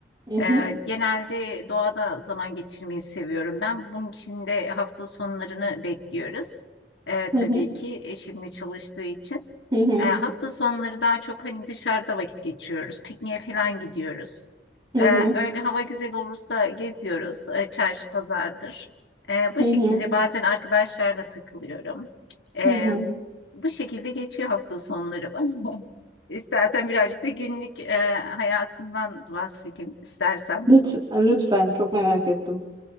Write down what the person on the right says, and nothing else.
Hı hı
hı
hı
hı hı
hı
hı
hı
hı.
hı hı.
Lütfen, lütfen çok merak ettim.